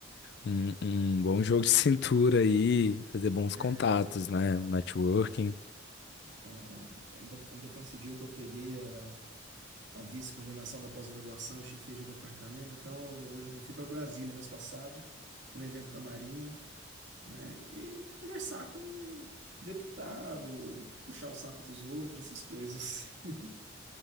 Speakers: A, on the left; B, on the right.
A: um, um bom <laughs> jogo de cintura aí, fazer bons
B: né?
A: contatos, né? Um networking.
B: Então, ainda, ainda coincidiu que eu peguei a a vice-coordenação da pós-graduação e chefia de departamento. Então, eu, por exemplo, eu fui para Brasília mês passado, para um evento da Marinha, né? E conversar com um deputado, puxar o saco dos outros, essas coisas. <laughs>